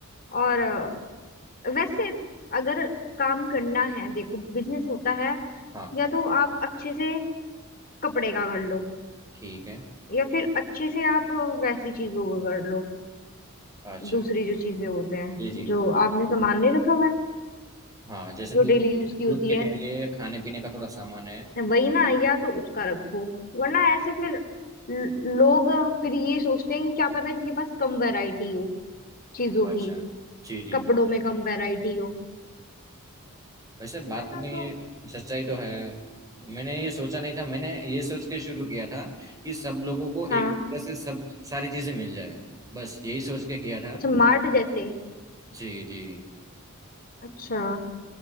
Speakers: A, on the left; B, on the right.
A: और अ, वैसे अगर काम करना है देखो बिजनेस होता है
B: हाँ
A: या तो आप अच्छे से कपड़े का कर लो
B: ठीक है
A: या फिर अच्छे से आप अ, वैसी चीजों का कर लो
B: अच्छा
A: दूसरी जो चीजें होते हैं
B: जी जी
A: जो आपने सामान नहीं रखा हुआ है
B: हाँ जैसे दूध
A: जो डेली यूज की
B: दूध
A: होती
B: के
A: है
B: ठेले खाने पीने का थोड़ा सामान है
A: वही ना या तो उसका रखो वरना ऐसे फिर ल- लोग फिर ये सोचते हैं कि क्या पता इनके पास कम वैरायटी हो चीजों
B: अच्छा
A: की
B: जी जी
A: कपड़ों में कम वैरायटी हो
B: वैसे बात
A: है ना
B: में
A: तो
B: सच्चाई तो है मैंने ये सोचा नहीं था मैंने ये सोच के शुरू किया था कि सब लोगों को
A: हाँ
B: एक तरह से सब सारी चीजें मिल जाए बस यही सोच के किया था
A: अच्छा मार्ट जैसे
B: जी जी
A: अच्छा